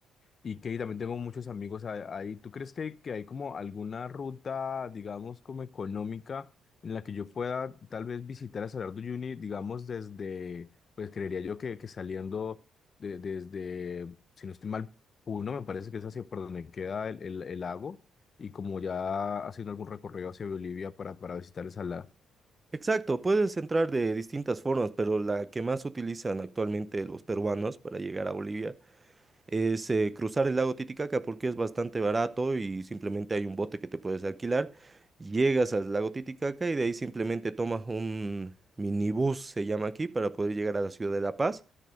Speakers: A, on the left; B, on the right.
A: y que también tengo muchos amigos a- ahí. ¿Tú crees que, que hay como alguna ruta, digamos, como económica en la que yo pueda tal vez visitar a Salar de Uyuni, digamos, desde, pues creería yo que, que saliendo de- desde, si no estoy mal, Puno, me parece que es hacia por donde queda el, el, el lago, y como ya haciendo algún recorrido hacia Bolivia para, para visitar el salar.
B: Exacto, puedes entrar de distintas formas, pero la que más utilizan actualmente los peruanos para llegar a Bolivia es eh, cruzar el lago Titicaca porque es bastante barato y simplemente hay un bote que te puedes alquilar. Llegas al lago Titicaca y de ahí simplemente tomas un minibús, se llama aquí, para poder llegar a la ciudad de La Paz.